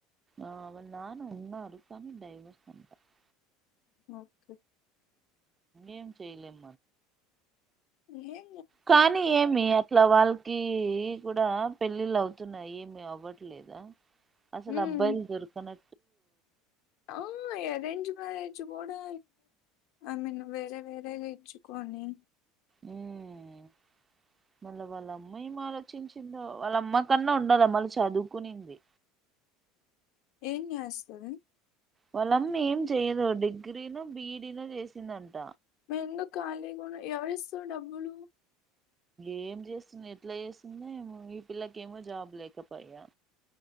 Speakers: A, on the right; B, on the left.
A: ఆ అవునా ఉన్నారనుకుంటా దైవ సంకల్పం
B: ఓకే
A: ఏం చేయలేం
B: ఎహే
A: కానీ ఏమి అట్లా వాళ్ల కి కూడా పెళ్ళిళ్ళు అవుతున్నాయి ఏమి అవ్వట్లేదా? అసలు
B: ఉమ్
A: అబ్బాయిలు దొరుకనే
B: ఆ ఎరేంజ్ మ్యారేజ్ కూడా ఐ మీన్ వేరే వేరేగా ఇచ్చుకొని
A: ఉమ్మ్మ్ మళ్ళా వాళ్ళ అమ్మా ఏం ఆలోచించిందో వాళ్ళమ్మ కన్నా ఉండాలా మళ్ళీ చదువుకునింది
B: ఏం చేస్తాది?
A: వాళ్ళమ్మ ఏం చెయ్యదు డిగ్రీనో బి. ఇడీ నో చేసిందంట.
B: మేందు ఖాళీ కూడా ఎవరి ఇస్తారు డబ్బులు
A: ఏం చేస్తుంది ఎట్లా చేస్తుందో ఏమో ఈ పిల్లకేమో జాబ్ లేకపాయా